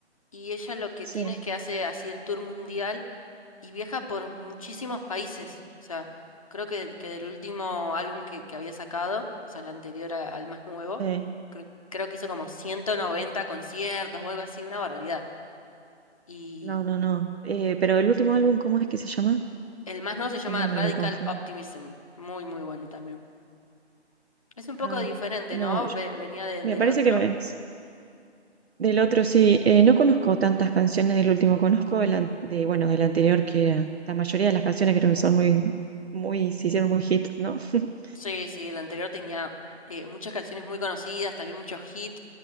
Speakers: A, on the left (about 30°); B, on the right (about 65°).
A: y ella lo que
B: Sí,
A: tiene es que hace así el tour mundial. y viaja por muchísimos países. O sea, creo que, que del último álbum que, que había sacado, o sea, el anterior a- al más nuevo,
B: eh,
A: creo, creo que hizo como 190 conciertos o algo así, una barbaridad. Y
B: no, no, no. Eh, pero el último álbum, ¿cómo es que se llama?
A: el más nuevo se
B: Siempre
A: llama Radical
B: me lo confundo.
A: Optimism, muy, muy bueno también. Es un poco
B: Ah,
A: diferente,
B: no,
A: ¿no? Ve- venía de-
B: me
A: del
B: parece
A: otro.
B: que me... Del otro sí, eh, no conozco tantas canciones del último, conozco el an- de, bueno, del anterior, que era, la mayoría de las canciones creo que son muy, muy, se hicieron muy hit, ¿no? <laughs>
A: Sí, sí, el anterior tenía eh, muchas canciones muy conocidas, también muchos hits.